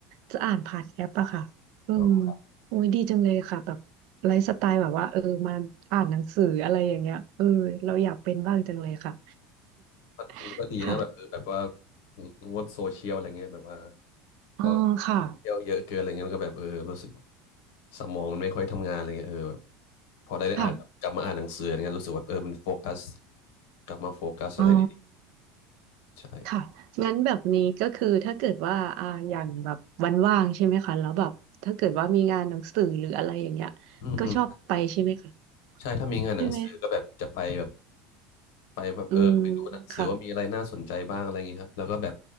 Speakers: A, on the right (about 60°); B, on the left (about 80°).
A: จะอ่านผ่านแอปอะค่ะอืม
B: อ๋อ
A: โอ้ยดีจังเลยค่ะแบบไลฟ์สไตล์แบบว่าเออมาอ่านหนังสืออะไรอย่างเงี้ยเออเราอยากเป็นบ้างจังเลยค่ะ
B: ก็ก็ดีนะแบบเออแบบว่า
A: <laughs> ค่ะ
B: งดโซเชียลอะไรเงี้ยแบบว่า
A: อ๋อค่ะ
B: ก็เที่ยวเยอะเกินอะไรเงี้ยมันก็แบบเออรู้สึกสมองมันไม่ค่อยทำงานอะไรเงี้ยเออแบบพอได้ได้อ่านกลับกลับมาอ่านหนังสืออะไรเงี้ยรู้สึกว่าเออมันโฟกัส
A: ค่ะ
B: กลับมาโฟกัสอะไรดี
A: อ๋อ
B: ๆใช่
A: ค่ะงั้นแบบนี้ก็คือถ้าเกิดว่าอ่าอย่างแบบวันว่างใช่ไหมคะแล้วแบบถ้าเกิดว่ามีงานหนังสือหรืออะไรอย่างเงี้ยก็ชอบไปใช่ไหมคะ
B: อืมอืม ใช่ถ้ามีงานหนังสือก็แบบจะไปแบบ
A: ใช่ไหม
B: ไปแบบเออไปดูหนังสือว่ามีอะไรน่าสนใจบ้างอะไรอย่างงี้ครับแล้วก็แบบ
A: อืมค่ะ